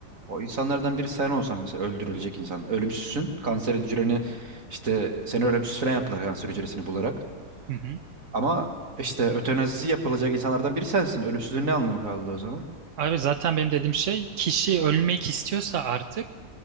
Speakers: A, on the right; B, on the right.
A: o insanlardan biri sen olsan mesela öldürülecek insan. Ölümsüzsün. Kanserin hücreni işte seni ölümsüz falan yaptılar kanser hücresini bularak.
B: Hı hı.
A: Ama işte ötenazisi yapılacak insanlardan biri sensin. Ölümsüzlüğün ne anlamı kaldı o zaman?
B: Abi zaten benim dediğim şey kişi ölmek istiyorsa artık